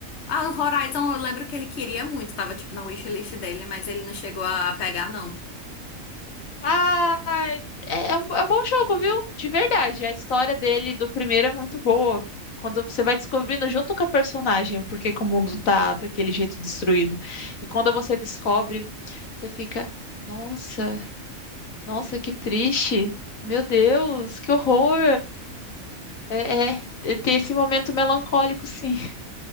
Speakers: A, on the left; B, on the left.
A: A Horizon, eu lembro que ele queria muito, tava tipo na wishlist dele, mas ele não chegou a pegar, não.
B: Ah, é, é um, é um bom jogo, viu? De verdade. A história dele do primeiro é muito boa. Quando você vai descobrindo junto com a personagem porque que o mundo tá daquele jeito destruído. E quando você descobre, você fica, nossa, nossa, que triste. Meu Deus, que horror! É, é, tem esse momento melancólico, sim. <laughs>